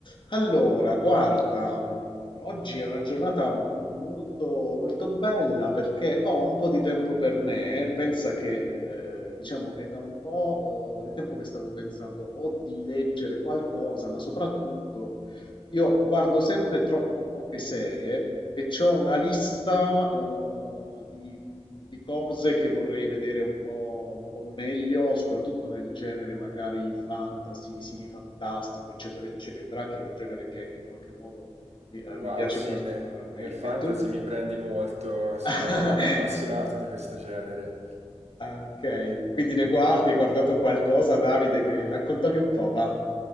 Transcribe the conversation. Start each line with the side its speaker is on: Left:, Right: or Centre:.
Left: Allora, guarda, mh, oggi è una giornata molto, molto bella perché ho un po' di tempo per me. eh. Pensa che, eh, diciamo, è da un po', eh, di tempo che stavo pensando o di leggere qualcosa, ma soprattutto io guardo sempre troppo poche serie e c'ho una lista, uhm, di mhmm, di cose che vorrei vedere un po' un po' meglio, soprattutto nel genere magari fantasy, sì, fantastico, eccetera, eccetera, che è un genere che in qualche modo mi uhm,
Right: Wow,
Left: mi piace
Right: sì,
Left: particolarmente.
Right: ne- nel fantasy
Left: E tu?
Right: mi prendi molto, sono
Left: <laughs>
Right: molto appassionato di questo genere.
Left: Ah, okay. Quindi ne guardi hai guardato qualcosa, Davide, che raccontami un po', va.